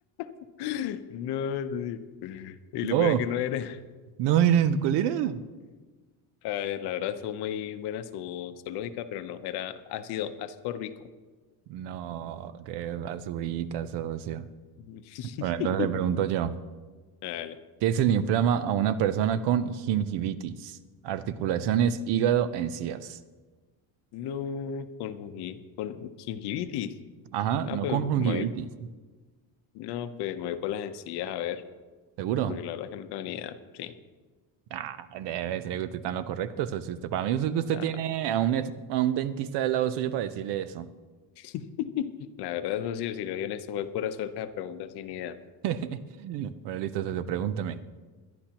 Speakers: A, on the left (about 55°); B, on the right (about 60°).
A: <laughs> No, socio. Y
B: No,
A: lo peor es que no era.
B: no era, ¿cuál era?
A: A ver, la verdad fue muy buena su, su lógica, pero no, era ácido ascórbico.
B: No, qué basurita, socio.
A: <laughs>
B: Bueno, entonces le pregunto yo,
A: Dale.
B: ¿qué se le inflama a una persona con gingivitis? Articulaciones, hígado, encías.
A: No, con, gingi- con gingivitis.
B: Ajá,
A: No,
B: no
A: pues
B: con gingivitis,
A: me voy, no, pues me voy por las sencillas, a ver,
B: ¿seguro?
A: porque la verdad es que no tengo ni idea. Sí.
B: Ah, debe ser que usted está en lo correcto, socio. Usted, para mí es que usted
A: Ah,
B: tiene a un, ex- a un dentista del lado suyo para decirle eso.
A: <laughs> La verdad, eso sí, si lo en esto fue pura suerte la pregunta sin idea.
B: <laughs> Bueno, listo, socio, pregúntame.